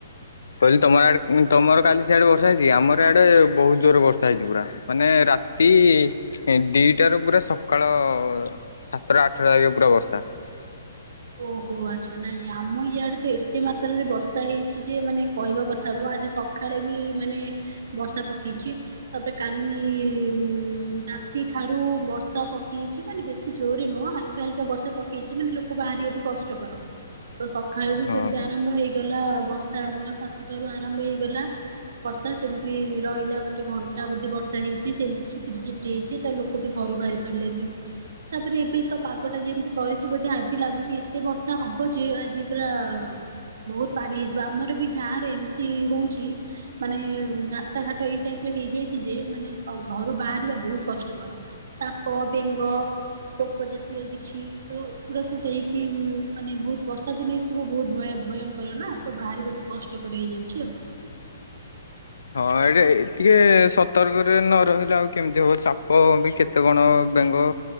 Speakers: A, on the left (about 85°); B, on the right (about 70°).
A: କହିଲି ତମ ଆଡେ ଉଁ ତମର କାଲି ସିଆଡେ ବର୍ଷା ହେଇଛି କି ଆମର ଆଡେ ବୋହୁତ ଜୋର ବର୍ଷା ହେଇଛି ପୁରା। ମାନେ ରାତି ଏଁ ଦିଟାରୁ ପୁରା ସକାଳ ସାତେଟା ଆଠେଟା ଯାକେ ପୁରା ବର୍ଷା।
B: ଓହୋ ଆଚ୍ଛା ନାଇଁ ଆମ ଇଆଡେ ତ ଏତେ ମାତ୍ରାରେ ବର୍ଷା ହେଇଛି ଯେ ମାନେ କହିବା କଥା ମୁଁ ଆଜି ସ ଖାଳେ ବି ମାନେ ବର୍ଷା ପକେଇଛି। ତାପରେ କାଲି ଉଁ ରାତି ଠାରୁ ବର୍ଷା ପକେଇଛି ମାନେ ବେଶୀ ଜୋରେ ନୁହଁ ହାଲ କା ହାଲକା ବର୍ଷା ପକେଇଛି ମାନେ ଲୋକ ବାହାରିବା ବି କଷ୍ଟକର। ତ ସଖାଳେ ବି
A: ହଁ
B: ସେମତି
A: ହଁ।
B: ଆରମ୍ଭ ହେଇଗଲା ବର୍ଷା ଆମର ସାତୁଟାରୁ ଆରମ୍ଭ ହେଇଗଲା। ବର୍ଷା ସେମତି ରହିଲା ଗୋଟେ ଘଣ୍ଟା ବୋଧେ ବର୍ଷା ହେଇଛି ସେମତି ଝିପିରି ଝିପିରି ହେଇଛି ତ ଲୋ କ ବି ଘରୁ ବାହାରି ପାରିଲେନି ତାପରେ ଏବେ ତ ପାଗଟା ଯେମତି କରିଛି ବୋଧେ ଆ ଜି ଲାଗୁଛି ଏତେ ବର୍ଷା ହବ ଯେ ଆଜି ପୁରା ବୋହୁତ ପାଣି ହେଇଯିବ ଆମର ବି ଗାଁରେ ଏମତି ହଉଚି ମାନେ ଉଁ ରାସ୍ତାଘାଟ ଏଇ ଟାଇପର ହେଇଯାଇଛି ଯେ ମାନେ ଘ ଘରୁ ବାହାରିବା ବୋହୁତ କଷ୍ଟକର। ସାପ ବେଙ୍ଗ ପୋକ ଜାତୀୟ କିଛି ତ କୁକୁଡାକୁ ଟେଇକି ଉଁ ମାନେ ବୋହୁତ ବର୍ଷା ଦିନେ ଏସବୁ ବୋହୁତ ଭୟା ଭୟଙ୍କର ନା ତ ବାହାରିବା ଟି କଷ୍ଟକର ହେଇଯାଉଛି ଆଉ।
A: ହଁ ଏଇଟେ ଟିକେ ସତର୍କରେ ନ ରହିଲେ ଆଉ କେମିତି ହବ ସାପ ବି କେ ତେ କଣ ବେଙ୍ଗ